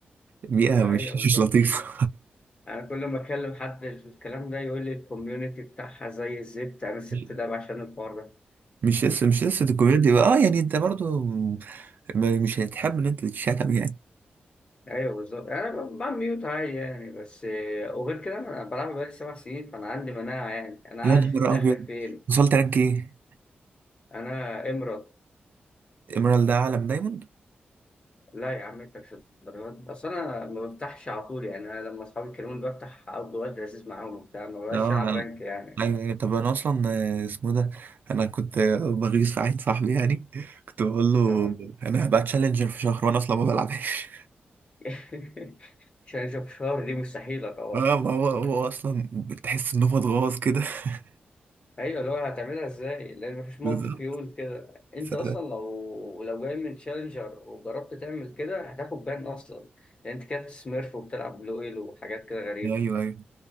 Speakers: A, on the right; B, on the left.
A: بيئة
B: ايوه
A: مش
B: بالظبط
A: مش لطيفة
B: انا كل ما اكلم حد في الكلام ده يقول لي الكوميونتي بتاعها زي الزفت
A: <laughs>
B: انا سبت
A: مش
B: اللعبة عشان الحوار ده
A: مش لسه مش لسه الكوميونتي بقى اه يعني انت برضو م- مش هتحب ان انت تتشتم يعني
B: ايوه بالظبط انا ب- بعمل ميوت عادي يعني بس آه، وغير كده انا بلعب بقالي سبع سنين فانا عندي مناعه يعني انا
A: يا
B: عارف
A: نهار
B: انت اخرك
A: ابيض
B: فين
A: وصلت رانك ايه؟
B: انا امرض
A: ايميرالد ده عالم دايموند؟
B: لا يا عم انت مش الدرجات دي اصل انا ما بفتحش على طول يعني انا لما اصحابي يكلموني بفتح افضل وقت لذيذ معاهم وبتاع ما بقاش
A: اه
B: العب رانك يعني
A: ايوه أيوة. طب انا اصلا آه، اسمه ده انا كنت آه، بغيظ في عين صاحبي يعني كنت بقول له
B: آه.
A: انا هبقى تشالنجر في شهر وانا اصلا ما بلعبهاش
B: <laughs> عشان اشوف شهر دي مستحيله طبعا
A: اه ما هو هو اصلا بتحس ان هو اتغوص كده <laughs>
B: ايوه اللي هو هتعملها ازاي لان مفيش منطق
A: بالظبط
B: يقول كده انت
A: ف-
B: اصلا لو لو جاي من تشالنجر وجربت تعمل كده هتاخد بان اصلا لان انت كده بتسميرف وبتلعب بلو ايل وحاجات كده غريبه
A: ايوه ايوه